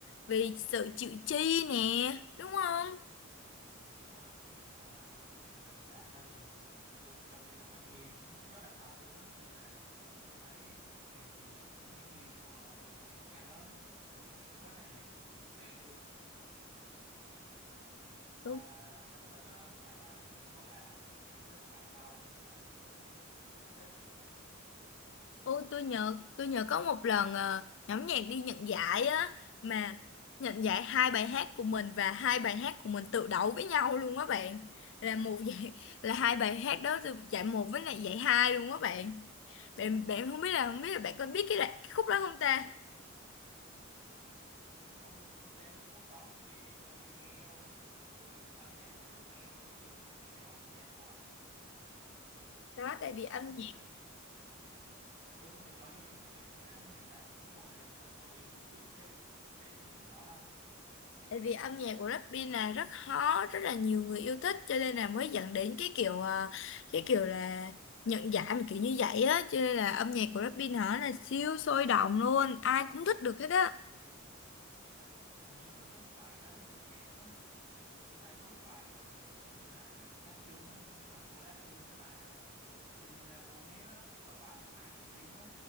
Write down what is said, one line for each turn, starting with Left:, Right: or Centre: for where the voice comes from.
Left: vì sự chịu chi nè, đúng không?
Right: Ừ, đúng rồi chứ- và việc là xả thân mình tôi, trong việc đóng MV nữa rất là thật luôn á nên là tôi thấy nền gì những MV của nhóm nhạc á thường được rất là nhiều người được xem luôn và
Left: Đúng.
Right: thành tích á bài nào cũng gọi là thành tích bài sau đánh vỡ thành tích của bài trước hết
Left: Ôi tôi nhớ tôi nhớ có một lần ờ, nhóm nhạc đi nhận giải á mà nhận giải hai bài hát của mình và hai bài hát của mình tự đấu với nhau luôn á bạn là một <laughs> giải là hai bài hát đó từ giải một với lại giải hai luôn á bạn bạn bạn không biết là không biết là bạn có biết cái, là- cái khúc đó không ta
Right: tôi cũng không không xem mấy khúc đó tại vì tôi nghe thôi tôi thích âm nhạc và tôi nghe thôi chứ tôi không theo dõi nhóm nhạc đó
Left: đó tại vì âm
Right: tôi không theo
Left: nhạc
Right: dõi tôi không theo dõi nhiều trên các nền tảng mạng xã hội nên chắc tôi không biết cái cái điều đó đâu
Left: Tại vì âm nhạc của Blackpink là rất hot, rất là nhiều người yêu thích cho nên là mới dẫn đến cái kiểu à, cái kiểu là nhận giải mà kiểu như vậy á, cho nên là âm nhạc của Blackpink hả là siêu sôi động luôn, ai cũng thích được hết á.
Right: đó, hình như nó có một bài khá là nhẹ nhàng á tôi thấy có một bài mà hình như là hát chung á giống như là collab chung với lại uh, Selena Gomez á qua bài Ice Cream á